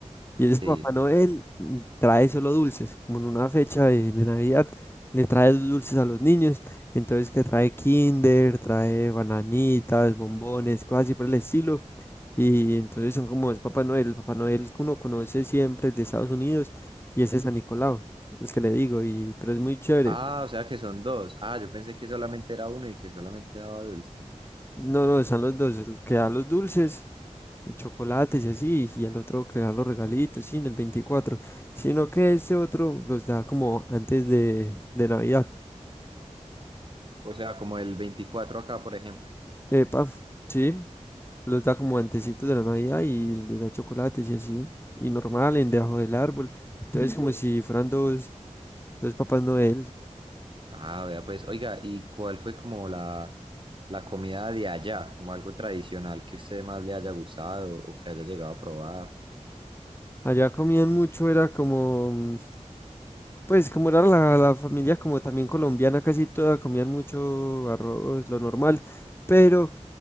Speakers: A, on the left; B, on the right.
A: Y el
B: Sí.
A: Papá Noel mm, trae solo dulces, como en una fecha de, de Navidad, le trae dulces a los niños, entonces que trae Kinder, trae bananitas, bombones, cosas así por el estilo. Y entonces son como es Papá Noel, el Papá Noel que uno conoce siempre, el de Estados Unidos, y ese es San Nicolau, el que le digo, y, pero es muy chévere.
B: Ah, o sea que son dos. Ah, yo pensé que solamente era uno y que solamente daba dulces.
A: No, no, están los dos, el que da los dulces chocolates y así, y el otro crear los regalitos, sí, en el veinticuatro sino que ese otro los da como antes de, de Navidad.
B: O sea, como el 24 acá, por ejemplo.
A: Epa, sí, los da como antecitos de la Navidad y les da chocolates y así, y normal, en debajo del árbol. Entonces, como si fueran dos, dos papás Noel.
B: Ah, vea, pues, oiga, ¿y cuál fue como la, la comida de allá? Como algo tradicional que usted más le haya gustado o que haya llegado a probar.
A: Allá comían mucho, era como, pues como era la, la familia como también colombiana, casi toda, comían mucho arroz, lo normal, pero